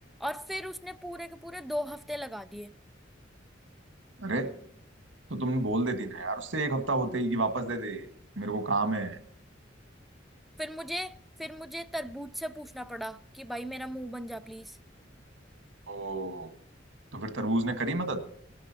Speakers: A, in the centre; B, on the right.
A: और फिर उसने पूरे के पूरे दो हफ्ते लगा दिए
B: अरे तो तुम बोल देती ना यार उससे एक हफ्ता होते ही कि वापस दे दे मेरे को काम है
A: फिर मुझे फिर मुझे तरबूज से पूछना पड़ा कि भाई मेरा मुंह बन जा प्लीज
B: ओ तो फिर तरबूज ने करी मदद